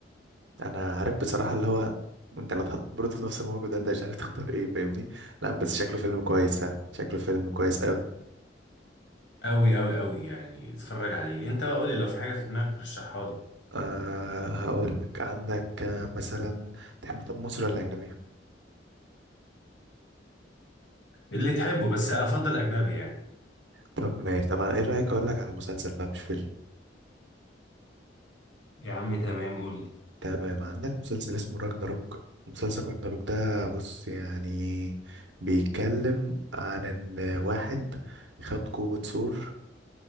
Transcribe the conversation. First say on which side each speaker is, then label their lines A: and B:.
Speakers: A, on the right (about 80°); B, on the left (about 80°).
A: انا عارف بصراحه اللي هو انت لو اتحط برضه في نفس الموقف ده انت مش عارف تختار ايه فاهمني لا بس شكله فيلم كويس فعلا شكله فيلم كويس قوي
B: قوي قوي قوي يعني اتفرج عليه انت بقى قولي لو في حاجة في دماغك رشحها لي
A: آه هقول لك عندك آه، مثلا تحب طب مصري ولا اجنبي
B: اللي تحبه بس افضل اجنبي يعني
A: طب ماشي طب انا ايه رأيك اقول لك على مسلسل بقى مش فيلم
B: يا عم تمام قول لي
A: تمام عندك مسلسل اسمه راجناروك مسلسل راجناروك ده بص يعني بيتكلم عن ان واحد خد قوة ثور